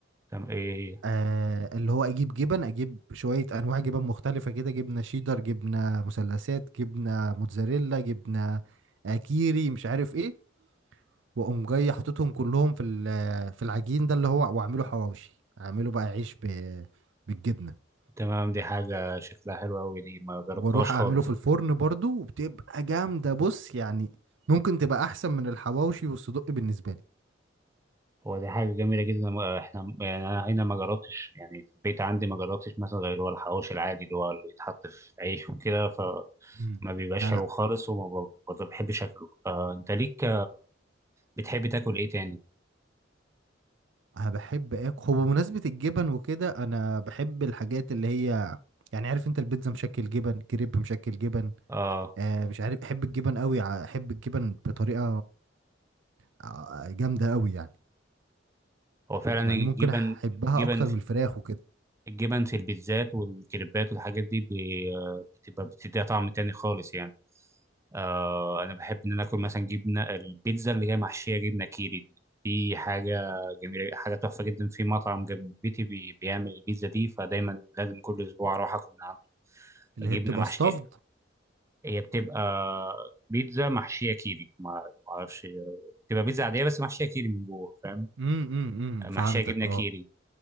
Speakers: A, on the right; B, on the right.
A: تمام ايه
B: آه اللي هو اجيب جبن اجيب شوية انواع جبن مختلفة كده جبنة شيدر جبنة مثلثات جبنة موتزاريلا جبنة آه كيري مش عارف ايه واقوم جاي حاططهم كلهم في ال- في العجين ده اللي هو واعمله حواوشي اعمله بقى عيش ب- بالجبنة
A: تمام دي حاجه شكلها حلو قوي دي ما جربتهاش
B: واروح اعمله
A: خالص
B: في الفرن برضو وبتبقى جامدة بص يعني ممكن تبقى احسن من الحواوشي والصدق بالنسبة لي
A: هو دي حاجه جميله جدا ما- احنا يعني انا هنا ما جربتش يعني في البيت عندي ما جربتش مثلا غير هو الحواوشي العادي اللي هو اللي بيتحط في عيش وكده فما
B: مم.
A: بيبقاش
B: لا
A: حلو
B: لا
A: خالص وما ب- ما بحبش اكله آه انت ليك بتحب تاكل ايه تاني
B: انا بحب اكل هو بمناسبه الجبن وكده انا بحب الحاجات اللي هي يعني عارف انت البيتزا مشكل جبن كريب مشكل جبن
A: اه
B: آه مش عارف احب الجبن قوي ع- احب الجبن بطريقه آه، جامده قوي يعني
A: هو فعلا
B: يعني
A: الجبن
B: ممكن احبها
A: جبن
B: اكتر من الفراخ وكده
A: الجبن في البيتزات والكريبات والحاجات دي بي- آه، بتبقى بتديها طعم تاني خالص يعني آه انا بحب ان انا اكل مثلا جبنه البيتزا اللي هي محشيه جبنه كيري دي دي حاجه جميله حاجه تحفه جدا في مطعم جنب بيتي بي بيعمل البيتزا دي فدايما لازم كل اسبوع اروح اكل من عنده
B: اللي
A: جبنه
B: هي بتبقى
A: محشيه
B: ستافد
A: هي بتبقى بيتزا محشيه كيري ما ما اعرفش بتبقى بيتزا عاديه بس محشيه كيري من جوه فاهم
B: امم إمم، إمم،
A: محشيه
B: فهمتك
A: جبنه
B: اه
A: كيري